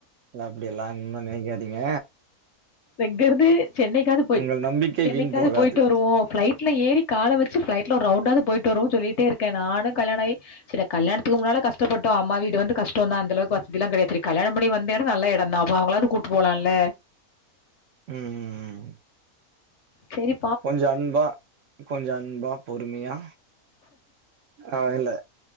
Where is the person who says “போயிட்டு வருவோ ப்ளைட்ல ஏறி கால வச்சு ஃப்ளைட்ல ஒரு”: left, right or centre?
Left